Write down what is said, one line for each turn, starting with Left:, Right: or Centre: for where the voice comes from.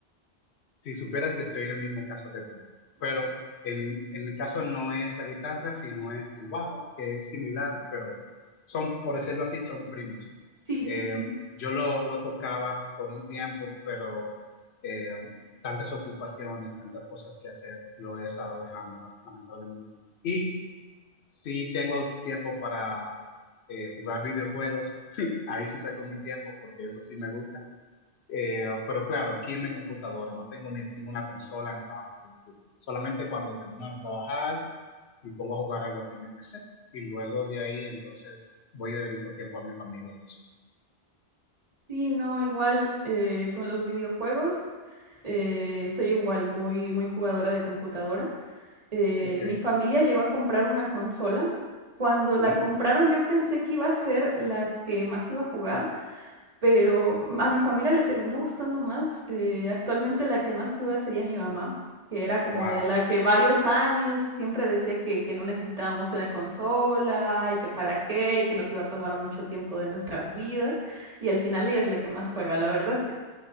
Left: si superas que estoy en el mismo caso que tú. Pero en, en mi caso no es la guitarra, sino es el bajo, que es similar, pero son, por decirlo así, son primos.
Right: Sí,
Left: Eh,
Right: sí, sí.
Left: yo lo, lo tocaba por un tiempo, pero eh, tantas ocupaciones, tantas cosas que hacer, lo he estado dejando, lamentablemente. Y si tengo tiempo para eh, jugar videojuegos, <laughs> ahí sí saco mi tiempo, porque eso sí me gusta eh, pero claro, aquí en mi computadora no tengo ni- ninguna consola ni nada por el estilo. Solamente cuando termino de trabajar me pongo a jugar algo aquí en mi PC. Y luego de ahí entonces voy y dedico tiempo a mi familia y eso.
Right: Sí, no, igual eh, con los videojuegos, eh, soy igual, muy, muy jugadora de computadora. Eh,
Left: Ok.
Right: mi familia llegó a comprar una consola. Cuando la
Left: Mm,
Right: compraron, yo pensé que iba a ser la que más iba a jugar, pero a mi familia le terminó gustando más. eh, actualmente la que más juega sería mi mamá, que era como
Left: wow,
Right: de la que varios años siempre decía que, que no necesitábamos una consola y que para qué, que nos iba a tomar mucho tiempo de nuestras vidas. Y al final ella es la que más juega, la verdad.